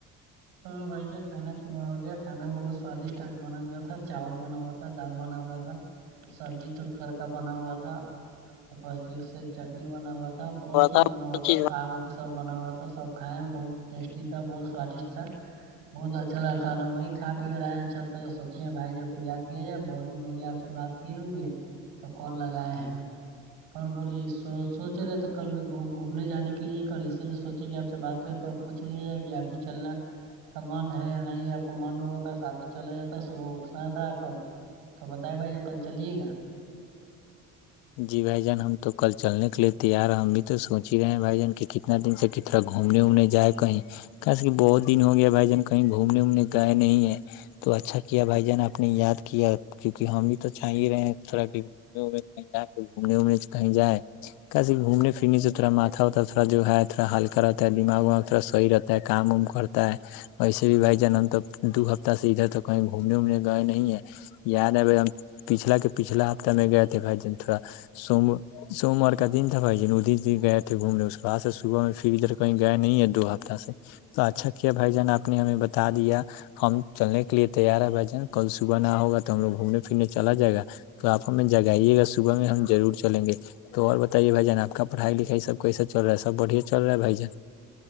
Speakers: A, on the right; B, on the left.
A: تو بھائی ج کھانا پینا ہو گیا کھانا بہت سوادشٹ آج بنا ہوا تھا چاول بنا ہوا تھا ڈال بنا ہوا تھا سبزی تو ترکا بنا ہوا تھا اپر کی اس سے چٹنی بنا ہوا تھا بہت
B: آپ
A: چیز بنا ہوا تھا
B: چیز
A: ساگ وگ سب بنا ہوا تھا سبھائے ہیں بہت ٹیسٹی تھا بہت سواددشٹ تھا بہت اچھا لگا وہی کھا پی کر آئے ہیں اچھا سوچے بھائی جب کو یا کیا جائے بہت دن ہو گیا آ سے بات کیے ہوئے تو کال لگائے ہیں اور بولیے س سوچے رہے تھے کل بھی گھومنے جانے کے لیے کل اسی لیے سوچے کہ آپ سے بات کریں تو آپ پوچھ لیاجائے کہ اپ بھی چلنا کا من ہے یا نہیں آپ کو من ہواتا سات چلا جاتا صبح اٹھنا تھا کل تو بتائے بھائی ج کل چلیے گا <inaudible>
B: جی بھائی جان ہم تو کل چلنے کے لیے تیار ہیں ہم بھی تو سوچ ہی رہے ہیں بھائی جان کی کہ اتنا دن سے کطرا گھومنے ومنے جائے کہیں کیسی کہ بہت دن ہو گیا بھائی جان کہیں گھومنے وومنے گئے نہیں ہے تو اچھا کیا بھائی جان آپ نے یاد کیا کیونکہ ہم بھی تو چاہ ہی رہے ہیں تھوڑا گمے کہیں جا کے گھومنے وومنے کہیں جائے کیسی گھومنے پھرنے سے تھوا ماتھا ہوتا ہے تھوا جو ہے تھوڑا ہلکا رہتا ہے دماغ واغ تھڑا صحی رہتا ہے کام وام کرتا ہے ویسے بھی بھائی جان ہم تو دو ہفتہ سے ادھر تو کہیں گھومنے وومنے گئے نہیں ہیں یاد ہے بھائی ہم پچھلا کے پچھلا ہفتہ میں گئے تھے بھائی جان تھوڑا سوم سوموار کا دن تھا بھائی جن اودی جی گئے تھے گھومنے اس کے بعد سے صبح میں پھر ادھر کہیں گئے نہیں ہے دو ہفتہ سے تو اچھا کیا بھائی جان آپ نے ہمیں بتا دیا ہم چلنے کے لیے تیار ہے بھائی جان کل صبح نہ ہوگا تو ہم لوگ گھومنے پھرنے چلا جائے گا تو آپ ہمیں جگائیے گا صبح میں ہم ضرور چلیں گے تو اور بتائیے بھائی جان آپ کا پڑھائی لکھائی سب کیسا چل رہا سب بڑھیا چل رہا ہے بھائی جان